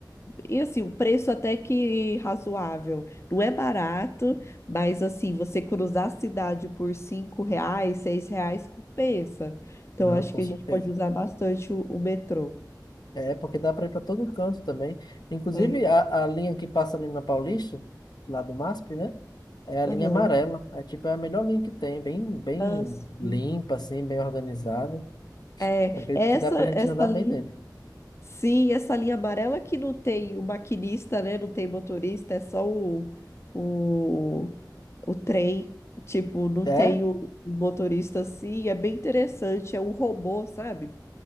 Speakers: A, on the left; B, on the left.
A: e, e assim, o preço até que razoável. Não é barato. Mas assim, você cruzar a cidade por cinco reais, seis reais compensa. Então
B: Não,
A: acho
B: com
A: que
B: certeza.
A: a gente pode usar bastante o, o metrô.
B: É, porque dá pra ir pra todo canto também. Inclusive,
A: É.
B: a, a linha que passa ali na Paulista, lá do MASP, né? É a
A: Aham.
B: linha amarela. É, tipo, é a melhor linha que tem. Bem, bem
A: Ah, sim.
B: limpa, assim, bem organizada.
A: É,
B: Eu acredito
A: essa
B: que dá pra gente
A: essa
B: andar
A: linha,
B: bem nele.
A: sim, essa linha amarela que não tem o maquinista, né? Não tem motorista, é só o, o, o trem. Tipo, não
B: É,
A: tem o, o motorista assim, é bem interessante, é um robô, sabe?